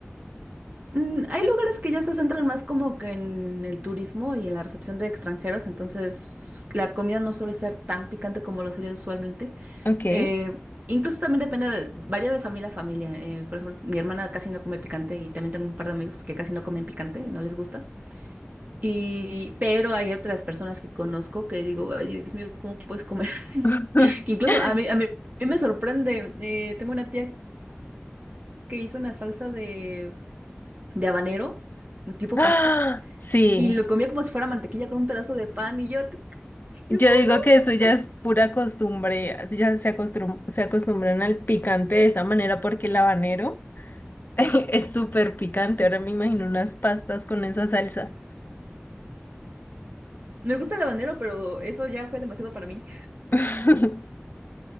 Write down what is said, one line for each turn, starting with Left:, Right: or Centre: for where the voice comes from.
Right: Mm, hay lugares que ya se centran más como que en el turismo y en la recepción de extranjeros, entonces la comida no suele ser tan picante como lo sería usualmente.
Left: Ok.
Right: Eh, incluso también depende, de, varía de familia a familia. Eh, por ejemplo, mi hermana casi no come picante y también tengo un par de amigos que casi no comen picante, no les gusta. Y, pero hay otras personas que conozco que digo, ay, Dios mío, ¿cómo puedes comer así?
Left: <laughs>
Right: <laughs> Que incluso a mí, a mí, a mí me sorprende. Eh, tengo una tía que hizo una salsa de, de habanero, tipo
Left: Ah,
Right: pasta,
Left: sí.
Right: y lo comía como si fuera mantequilla con un pedazo de pan. Y yo,
Left: Yo
Right: yo como.
Left: digo que eso ya es pura costumbre, así ya se acostum- se acostumbran al picante de esa manera porque el habanero. <laughs> Es súper picante, ahora me imagino unas pastas con esa salsa.
Right: Me gusta el habanero, pero eso ya fue demasiado para mí.
Left: <laughs>